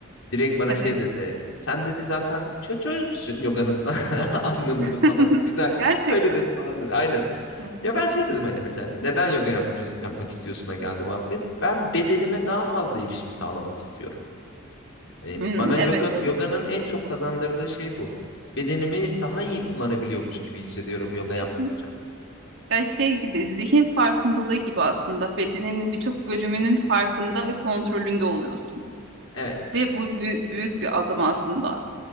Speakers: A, on the left (about 70°); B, on the right (about 65°).
A: Direkt bana
B: Evet.
A: şey dedi. Sen dedi zaten çö- çözmüşsün yoganın <laughs> anlamını
B: <laughs>
A: falan. Güzel
B: Gerçekten.
A: söyledin falan dedi. Aynen.
B: Hı.
A: Ya ben şey dedim hani mesela neden yoga yapmıyorsun, yapmak istiyorsun'a geldi muhabbet. Ben bedenime daha fazla erişim sağlamak istiyorum. Hani
B: Hmm,
A: bana yoga
B: evet.
A: yoganın
B: Kes-
A: en çok kazandırdığı şey bu. Bedenimi daha iyi kullanabiliyormuş gibi hissediyorum yoga yaptıkça.
B: Kesinlikle. Ya şey gibi zihin farkındalığı gibi aslında bedenin birçok bölümünün farkında ve kontrolünde oluyorsun.
A: Evet,
B: Ve bu bü- büyük bir adım aslında.